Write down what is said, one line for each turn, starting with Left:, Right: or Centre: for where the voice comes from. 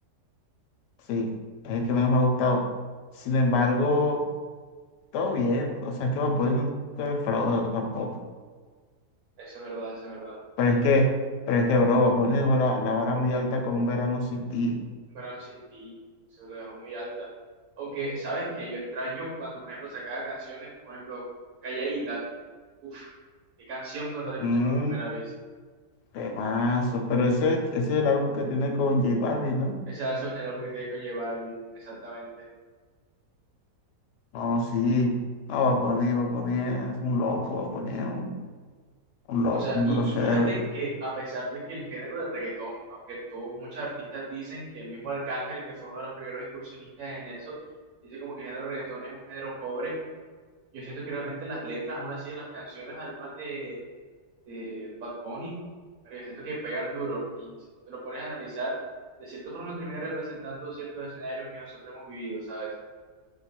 Left: sí, es el que menos me ha gustado. Sin embargo. Todo bien, o sea, es que Bad Bunny nunca defrauda tampoco.
Right: Eso es verdad, eso es verdad.
Left: Pero es que, pero es que, bro, Bad Bunny dejó la, la vara muy alta con Un Verano Sin Ti.
Right: En verdad no sentí, se lo dejó muy alta. Aunque, ¿sabes que Yo extraño cuando, por ejemplo, sacaba canciones, por ejemplo, Calladita. Uf, qué canción cuando la escuché
Left: Un
Right: por primera vez.
Left: temazo. Pero ese, ese es el álbum que tiene con J Balvin, ¿no?
Right: Ese era el álbum que tiene con J Balvin, exactamente.
Left: No, sí. No, Bad Bunny, Bad Bunny es un loco, Bad Bunny es un, un loco,
Right: O sea,
Left: un
Right: y,
Left: grosero.
Right: y fíjate que a pesar de que el género de reggaetón, aunque tuvo muchos artistas dicen que el mismo Arcángel, que fue uno de los primeros incursionistas en eso, dice como que el género de reggaetón es un género pobre, yo siento que realmente las letras, aún así, de las canciones, algunas de de Bad Bunny, porque siento que pegan duro y si tú te lo pones a analizar, de cierta forma termina representando ciertos escenarios que nosotros hemos vivido, ¿sabes?